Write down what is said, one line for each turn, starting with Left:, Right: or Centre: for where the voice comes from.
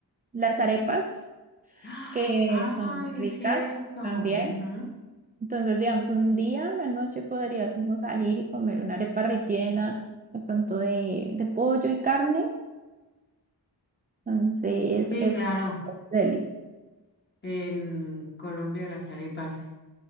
Right: las arepas,
Left: <gasps> ¡Ah!
Right: que son
Left: Ay,
Right: ricas
Left: cierto. ujú.
Right: también. Entonces, digamos, un día a la noche podríamos salir y comer una arepa rellena, de pronto de, de pollo y carne. Entonces,
Left: Sí,
Right: es
Left: claro.
Right: deli.
Left: En Colombia las arepas